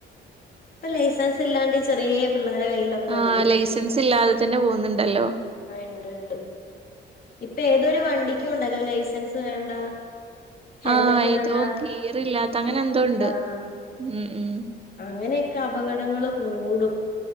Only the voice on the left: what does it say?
ഇപ്പ ലൈസൻസ് ഇല്ലാണ്ട് ചെറിയ പിള്ളേരെ കയ്യിലൊക്കെ
ഉണ്ട്
ആ ഉണ്ട് ഉണ്ട് ഇപ്പൊ ഏതൊരു വണ്ടിക്കും ഉണ്ടല്ലോ ലൈസൻസ് വേണ്ട ഹെൽമെറ്റ്
വേണ്ട
ആഹ്
അങ്ങനെയൊക്കെ അപകടങ്ങള് കൂടും